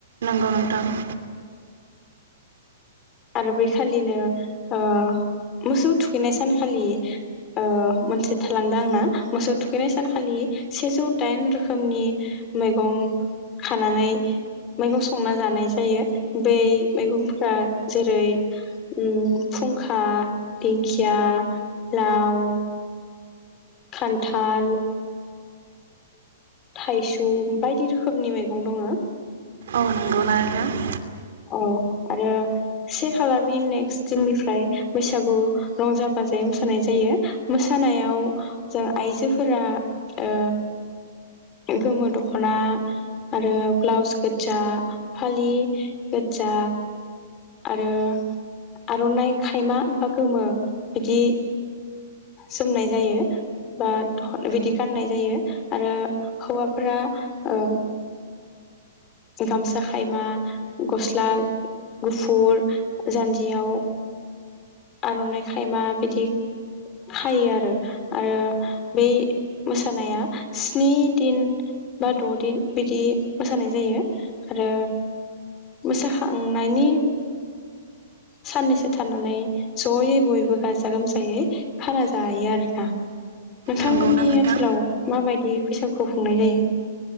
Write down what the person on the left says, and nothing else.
आरो बैखालिनो ओ मोसौ थुखैनाय सानखालि ओ मोनसे थालांदों आंना मोसौ थुखैनाय सानखालि सेजौ दाइन रोखोमनि मैगं खानानै मैगं संना जानाय जायो बै मैगंफोरा जेरै ओम फुंखा, दिंखिया, लाव खान्थाल थाइसुम बायदि रोखोमनि मैगं दङ।
औ आरो से खालारनि नेक्स्ट दिननिफ्राय बैसागु रंजा बाजायै मोसानाय जायो मोसानायाव जों आइजोफोरा ओ गोमो दख'ना आरो ब्लाउस गोजा फालि गोदजा आरो आर'ननाइ खायमा बा गोमो बिदि जोमनाय जायो बा थ बिदि गाननाय जायो आरो हौवाफोरा ओ गामसा खायमा गस्ला गुफुर, जान्जियाव आर'नाइ खायमा बेदि खायो आरो आरो बै मोसानाया स्नि दिन बा द'दिन बिदि मोसानाय जायो। आरो मोसाखांनायनि साननैसो थानानै जयै बयबो गाजा गोमजायै खाना जायो आरोना नोंथांमोननि
ओनसोलाव माबायद बे बैसागुखौ खुंनाय जायो।